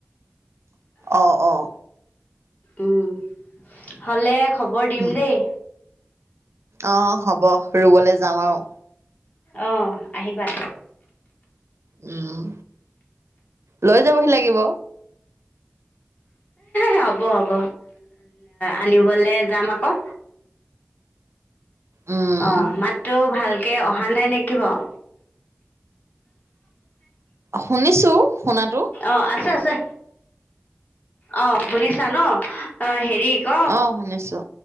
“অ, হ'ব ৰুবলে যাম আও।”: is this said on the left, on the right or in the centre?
Right